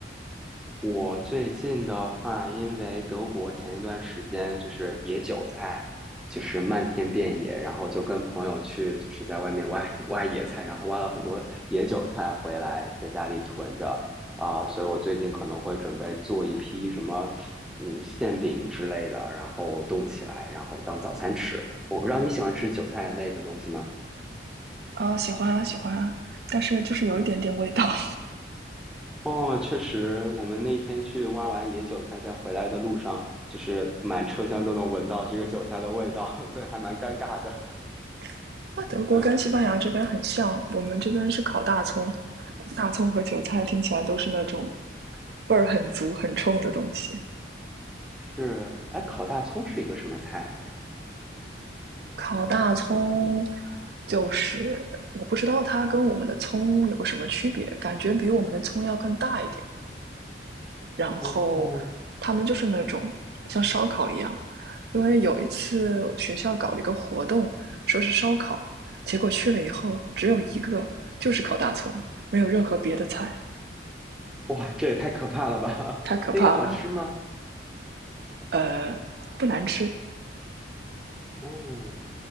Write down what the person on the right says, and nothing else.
啊，喜欢啊，喜欢啊，但是就是有一点点味道。
<laughs> 那德国跟西班牙这边很像，
我们这边是烤大葱，大葱和韭菜听起来都是那种味儿很足、很冲的东西。
烤大葱就是我不知道它跟我们的葱有什么区别，感觉比我们的葱要更大一点。然后
他们就是那种像烧烤一样，因为有一次学校搞了一个活动，说是烧烤，结果去了以后只有一个，就是烤大葱，没有任何别的菜，
太可怕了。
呃，不难吃，